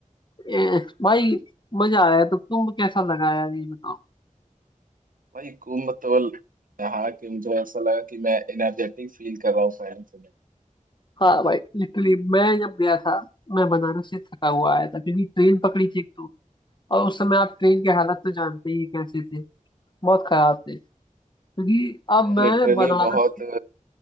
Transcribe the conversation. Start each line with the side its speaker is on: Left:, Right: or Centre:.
Left: ए, भाई मजा आया तो तुम कैसा लगा यार ये बताओ
Right: वही कुंभ तो नहा के मुझे ऐसा लगा कि मैं एनर्जेटिक फील कर रहा हूँ पहले से
Left: हाँ भाई लिटरली मैं जब गया था मैं बनारस से थका हुआ आया था क्योंकि ट्रेन पकड़ी थी एक तो और उस समय आप ट्रेन के हालत तो जानते ही हैं कैसे थे बहुत खराब थे क्योंकि अब
Right: भाई
Left: मैं
Right: लिटरली
Left: बनारस
Right: बहुत
Left: से